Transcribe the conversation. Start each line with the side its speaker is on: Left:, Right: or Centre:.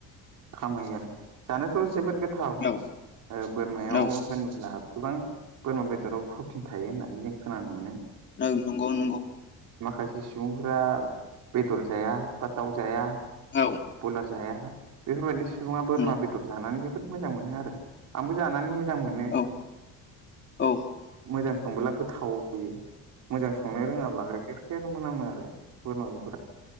Right: खामायो आरो जानायाथ' जोबोद गो थाव ओ
Left: औ
Right: बोरमायाव
Left: औ
Right: होनोब्ला गोबां बोरमा बेदराव प्रटिन थायो होननानै जों खोनानो मोनो
Left: औ नंग' नंग'
Right: माखासे सुबुंफोरा बेदर जाया बा दाउ जाया
Left: औ
Right: बयलार जाया बेफोरबायदि सुबुङा बोरमा
Left: औ
Right: बेदर जानानै जोबोर मोजां मोनो आरो आंबो जानानै मोजां मोनो। मोजां मोनो
Left: औ औ
Right: मोजां संबोला गोथाव जायो। मोजां संनो रोङाब्ला गाइखेर खेर मोनामो आरो बोरमा बेदरा